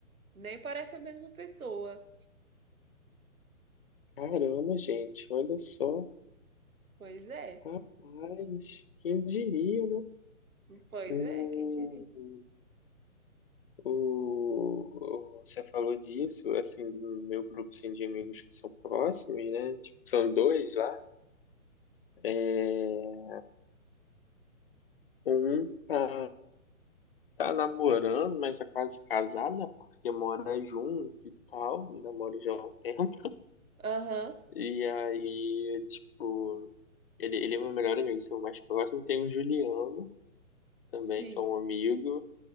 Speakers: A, on the right; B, on the left.
A: Nem parece a mesma pessoa.
B: caramba, gente, olha só.
A: Pois é,
B: Rapaz, quem diria, né?
A: pois
B: O,
A: é, quem diria.
B: o, o- você falou disso, assim, do meu grupo assim, de amigos que são próximos, né? Tipo, são dois lá. É, um tá, tá namorando, mas tá quase casado, né? Porque mora junto e tal, namora já há um tempo.
A: Aham.
B: E aí, tipo. Ele, ele é meu melhor amigo, seu mais próximo. Tem o Juliano também,
A: Sim.
B: que é um amigo,